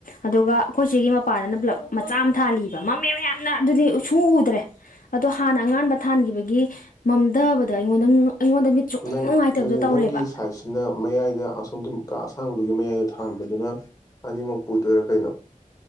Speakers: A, on the left; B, on the left.
A: ꯑꯗꯨꯒ ꯑꯩꯈꯣꯏꯁꯤꯒꯤ ꯃꯄꯥꯗꯅ ꯕ꯭ꯂꯕ ꯃꯆꯥ ꯑꯃ ꯊꯥꯜꯂꯤꯕ ꯃꯝꯃꯦꯕ ꯌꯥꯝꯅ ꯑꯗꯨꯗꯤ ꯁꯨ ꯎ ꯎꯗ꯭ꯔꯦ ꯑꯗꯣ ꯍꯥꯟꯅ ꯑꯉꯥꯟꯕ ꯊꯥꯟꯒꯤꯕꯒꯤ ꯃꯝꯊꯕꯗ ꯑꯩꯉꯣꯟꯗ ꯑꯩꯉꯣꯟꯗ ꯃꯤꯠ ꯁꯨꯡ
B: ꯅꯪ
A: ꯅꯨꯡꯉꯥꯏꯇꯕꯗꯣ
B: <unintelligible>
A: ꯇꯧꯔꯦꯕ
B: ꯅꯪꯒꯤ ꯁꯥꯏꯠꯁꯤꯅ ꯃꯌꯥꯏꯗ ꯑꯁꯣꯝꯒꯤ ꯀꯥ ꯑꯁꯥꯡꯕꯗꯨꯒꯤ ꯃꯌꯥꯏꯗ ꯊꯥꯟꯕꯗꯨꯅ ꯑꯅꯤꯃꯛ ꯄꯨꯗꯣꯏꯔꯥ ꯀꯩꯅꯣ